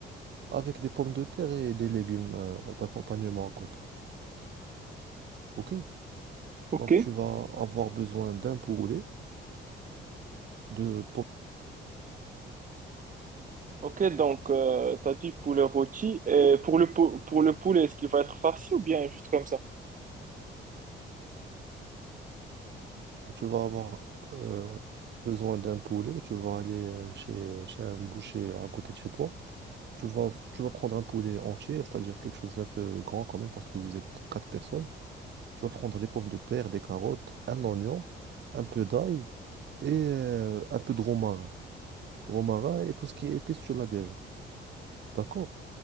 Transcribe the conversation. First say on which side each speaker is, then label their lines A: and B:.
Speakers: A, on the right; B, on the right.
A: Avec des pommes de terre et des légumes euh, d'accompagnement à côté. OK?
B: Ok.
A: Donc, tu vas avoir besoin d'un poulet, de pommes
B: Ok, donc, euh, t'as dit poulet rôti. Et pour le, pou- pour le poulet, est-ce qu'il va être farci ou bien juste comme ça?
A: et tu vas avoir euh, besoin d'un poulet. Tu vas aller euh, chez, chez un boucher à côté de chez toi Tu vas, tu vas prendre un poulet entier, c'est-à-dire quelque chose d'un peu grand quand même, parce que vous êtes quatre personnes. Tu vas prendre des pommes de terre, des carottes, un oignon, un peu d'ail et euh, un peu de romarin. Romarin et tout ce qui est épice, tu l'as déjà. D'accord?